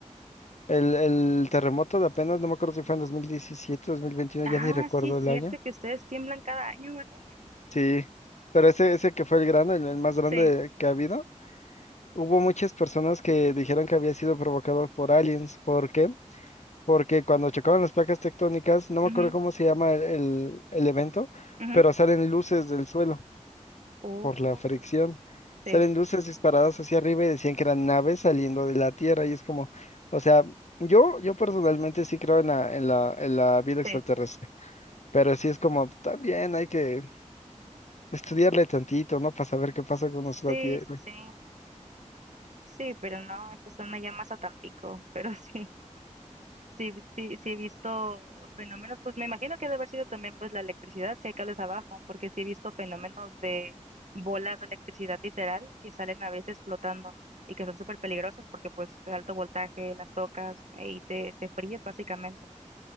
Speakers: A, on the left; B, on the right.
A: el, el terremoto de apenas, no me acuerdo si fue en 2017, 2021,
B: Ah,
A: ya ni recuerdo
B: sí, es
A: el
B: cierto
A: año.
B: que ustedes tiemblan cada año, ¿verdad?
A: Sí, pero ese, ese que fue el grande, el, el más grande
B: Sí.
A: que ha habido, hubo muchas personas que dijeron que había sido provocado por aliens. ¿Por qué? Porque cuando chocaban las placas tectónicas, no
B: mhm,
A: me acuerdo cómo se llama el, el- el evento,
B: mhm.
A: pero salen luces del suelo
B: Oh,
A: por la fricción.
B: sí,
A: Salen luces disparadas hacia arriba y decían que eran naves saliendo de la Tierra. Y es como, o sea, yo, yo personalmente sí creo en la, en la, en la vida extraterrestre,
B: sí,
A: pero sí es como, también hay que Estudiarle tantito, ¿no? Para saber qué pasa con
B: sí,
A: nuestra tierra.
B: sí, sí. Sí, pero no, esto suena ya más a Tampico, <laughs> pero sí. Sí, sí, sí he visto fenómenos, pues me imagino que debe haber sido también pues la electricidad, si hay cables abajo, porque sí he visto fenómenos de bolas de electricidad literal que salen a veces flotando y que son súper peligrosas porque pues de alto voltaje las tocas eh, y te, te fríes básicamente.